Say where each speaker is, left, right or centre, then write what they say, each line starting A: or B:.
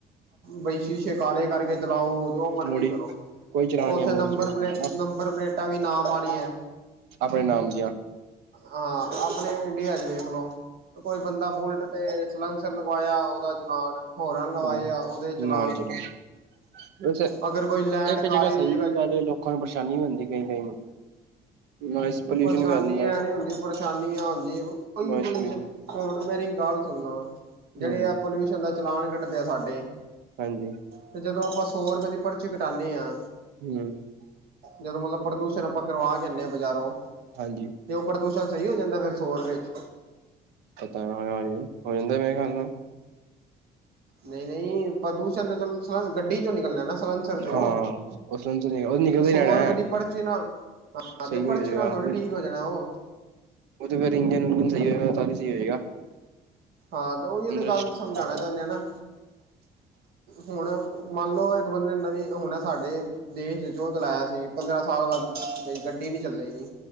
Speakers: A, on the right; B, on the right.
A: ਬਈ ਸ਼ੀਸੇ ਕਾਲੇ ਕਰਕੇ ਚਲਾਓ ਜੋ ਮਰਜ਼ੀ
B: ਮੋੜੀ
A: ਕਰੋ।
B: ਕੋਈ ਚਲਾਨ
A: ਉੱਥੇ
B: ਨੀ ਮੋਡੀਫਿਕੇਸ਼ਨ
A: ਨੰਬਰ ਪਲੇਟ
B: ਨਾ
A: ਨੰਬਰ ਪਲੇਟਾਂ ਵੀ ਨਾਮ ਵਾਲੀ ਹੈ।
B: ਆਪਣੇ ਨਾਮ ਦੀਆਂ।
A: ਹਾਂ ਆਪਣੇ ਇੰਡੀਆ ਚ ਵੇਖ ਲੋ ਕੋਈ ਬੰਦਾ ਬੁਲਟ। ਤੇ ਸਲਸਰ ਲਗਵਾਇਆ ਉਹਦਾ ਚਲਾਨ ਹੋਰਨ। ਲਵਾਏ
B: ਨਾ
A: ਆ ਉਹਦੇ ਚਲਾਨ
B: ਨਾਲ ਹੀ ਚਲਣਾ ਵੈਸੇ
A: ਅਗਰ ਕੋਈ ਲਾਈਟ
B: ਇੱਕ ਜਗ੍ਹਾ
A: ਕਾਲੀ
B: ਸਹੀ
A: ਦੀ ਜਗ੍ਹਾ
B: ਵੀ ਗੱਲ। ਲੋਕਾਂ ਨੂੰ ਪਰੇਸ਼ਾਨੀ ਵੀ ਹੁੰਦੀ ਕਈ- ਕਈ ਨੂੰ। ਨੋਇਸ ਪੋਲਿਊਸ਼ਨ
A: ਪਰੇਸ਼ਾਨੀ
B: ਵੈਲ ਨੋਇਸ
A: ਐ ਨੀ ਹੁੰਦੀ ਪਰੇਸ਼ਾਨੀ ਆ ਹੁੰਦੀ ਕੋਈ
B: ਨੋਇਸ
A: ਪੁਲਿਸ।
B: ਪੋਲਿਊਸ਼ਨ
A: ਹੁਣ ਮੇਰੀ ਗੱਲ ਸੁਨੋ ਜਿਹੜੇ
B: ਹਾਂਜੀ
A: ਆ ਪੋਲਿਊਸ਼ਨ ਦਾ ਚਲਾਨ ਕੱਟਦੇ ਆ ਸਾਡੇ-
B: ਹਾਂਜੀ।
A: ਤੇ ਜਦੋਂ ਆਪਾਂ ਸੌ ਰੁਪਏ ਦੀ ਪਰਚੀ ਕਟਾਨੇ ਆ।
B: ਹੂੰ।
A: ਜਦੋਂ ਮਤਲਬ ਪ੍ਰਦੂਸ਼ਣ ਆਪਾਂ ਕਰਵਾ ਕੇ ਆਨੇ ਆ ਬਾਜ਼ਾਰੋਂ
B: ਹਾਂਜੀ।
A: ਤੇ ਉਹ ਪ੍ਰਦੂਸ਼ਣ ਸਹੀ ਹੋ ਜਾਂਦਾ ਫਿਰ ਸੋ ਰਪਏ ਵਿੱਚ?
B: ਪਤਾ ਨਾ ਨਾ ਜੀ ਹੋ ਜਾਂਦਾ ਮੇਰੇ ਖਿਆਲ ਨਾਲ।
A: ਨਹੀਂ ਨਹੀਂ ਪ੍ਰਦੂਸ਼ਣ ਤਾਂ ਚਲੋ ਸਨ, ਗੱਡੀ ਇਥੋਂ ਨਿਕਲਣਾ ਨਾ ਸਲੰਸਰ ਚੋਂ,
B: ਹਾਂ ਉਸ ਤੋਂ ਉਹ ਨਿਕਲਦਾ
A: ਤੇ ਸੌ
B: ਹੀ ਰਹਿਣਾ ਹੈ
A: ਰੁਪਏ ਦੀ ਪਰਚੀ ਨਾ ਹਾਂ
B: ਸਹੀ
A: ਤੇ
B: ਕੋਈ
A: ਪਰਚੀ
B: ਹੋ ਜਾਏਗਾ
A: ਨਾਲ ਥੋੜ੍ਹੀ
B: ਉਹਦੇ
A: ਠੀਕ ਹੋ ਜਾਣਾ ਉਹ
B: ਉਹ ਫਿਰ ਇੰਜਨ ਉੰਜਨ ਸਹੀ ਹੋਏਗਾ ਤਾਂ ਹੀ ਸਹੀ ਹੋਏਗਾ।
A: ਹਾਂ ਤੇ ਉਹੀਓ
B: ਅੰਦਰ
A: ਤੇ ਗੱਲ
B: ਸਿਸਟਮ
A: ਸਮਝਾਉਣਾ
B: ਖਰਾਬ ਹੋਇਆ
A: ਚਾਹੁੰਦੇ ਆ ਨਾ। ਹੁਣ ਮੰਨ ਲਓ ਇੱਕ ਬੰਦੇ ਨਵੀ ਵੀ ਹੁਣ ਆ ਸਾਡੇ ਦੇਸ਼ ਚ ਉਹ ਚਲਾਇਆ ਸੀ, ਪੰਦਰਾਂ ਸਾਲ ਬਾਅਦ ਬਈ ਗੱਡੀ ਨੀ ਚੱਲੇਗੀ।